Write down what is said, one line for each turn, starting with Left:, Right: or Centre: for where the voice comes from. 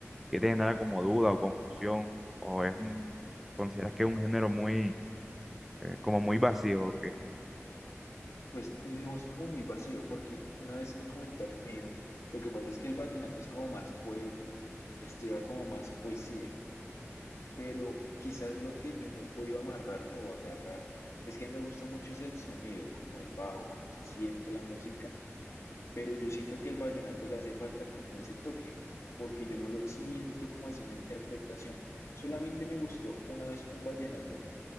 Centre: qué te genera como duda o confusión? ¿O es un, consideras que es un género muy, eh, como muy vacío? o qué?
Left: Pues no es como muy vacío, porque una vez sí me comentaron, me dijeron, lo que pasa es que el vallenato es como más poético, es, lleva como más poesía, pero quizás lo que yo no he podido amarrarme o agarrar es que a mí me gusta mucho es el sonido, como el bajo, cómo se siente la música, pero yo siento que el vallenato le hace falta como ese toque, porque yo no lo siento como así una interpretación. Solamente me gustó una vez un vallenato,